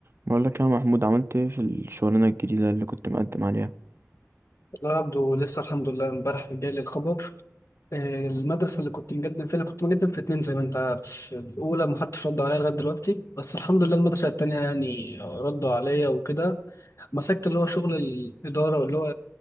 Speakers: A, on the right; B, on the left.
A: بقول لك يا محمود عملت ايه في الشغلانة الجديدة اللي كنت مقدم عليها
B: لا يا عبدو لسه الحمد لله امبارح جالي الخبر آه، المدرسة اللي كنت مقدم فيها أنا كنت مقدم في اتنين زي ما أنت عارف الأولى محدش رد عليا لغاية دلوقتي بس الحمد لله المدرسة التانية يعني ردوا عليا وكده مسكت اللي هو شغل الإدارة واللي هو